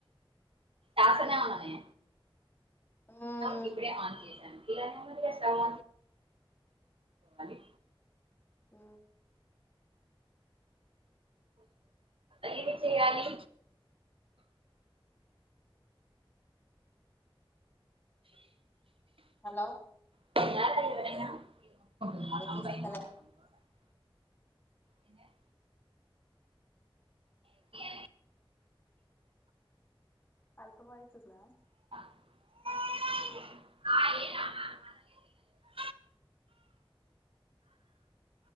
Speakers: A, on the right; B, on the left.
A: హఫ్ నవరే
B: ఉమ్
A: న్నం ఇప్పుడే ఆన్ చేశాను ఇలానేందిగా స్టవ్ అది
B: ఉ
A: ఏం చెయ్యాలి
B: హలో
A: <unintelligible>
B: ఇనిపిస్తలే
A: ఎందే ఇంకేంది
B: అర్థమైతుందా
A: <unintelligible>